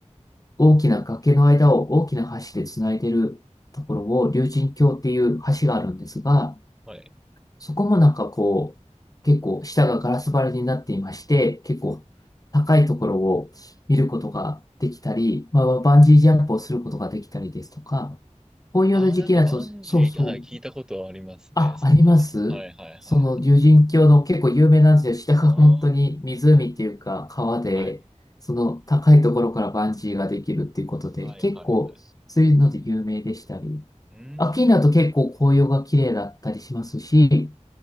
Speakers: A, on the left (about 30°); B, in the centre.
A: 大きな崖の間を大きな橋でつないでるところを竜神峡っていう橋があるんですが、
B: はい。
A: そこもなんかこう、結構下がガラス張りになっていまして、結構高いところを見ることができたり、まあ、バンジージャンプをすることができたりですとか、紅葉の時期だと、
B: あー、なんかバンジー、
A: そうそう、
B: はい、聞いたことありますね。
A: あ、
B: そういえば。
A: ありますその竜神峡の結構有名なんですよ。
B: はいはいはい。
A: 下が本当に湖っていうか川で、
B: あー。はい。
A: その高いところからバンジーができるっていうことで、
B: はいはいはい。
A: 結構そういうので有名でしたり、
B: うー
A: 秋になると結構紅葉が綺麗だったりしますし、
B: ん。